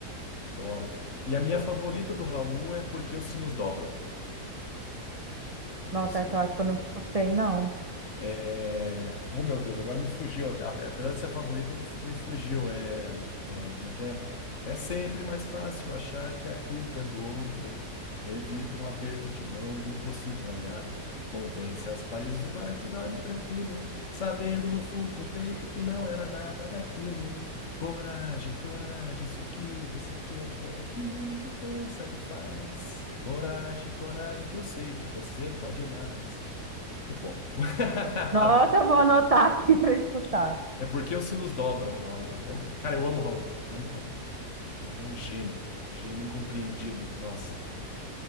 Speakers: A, on the left (about 50°); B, on the right (about 40°).
A: adoro. E a minha favorita do Raul é Porque os Sinos Dobram. Porque
B: Nossa,
A: os Sinos
B: essa eu acho que eu nunca escutei, não.
A: É... Oh, meu Deus, agora me fugiu. Ape- Apesar de ser a favorita, me, fu- me fugiu. É... é, Como é que é? É sempre mais fácil achar que a culpa é do outro. Evita um aperto de mão de um possível aliado. Convence as paredes do quarto e dorme tranquilo, sabendo no fundo do peito que não era nada daquilo. Coragem, coragem, se o que você quer é aquilo que pensa e faz. Coragem, coragem, que eu sei que você pode mais. Muito bom. <laughs>
B: Nossa, eu vou anotar aqui <laughs> para escutar.
A: É porque os sinos dobram o nome. Eu, cara, eu amo o Raul, cara. Amo o Raul. O Raul é um gênio. um Gênio incompreendido. Nossa.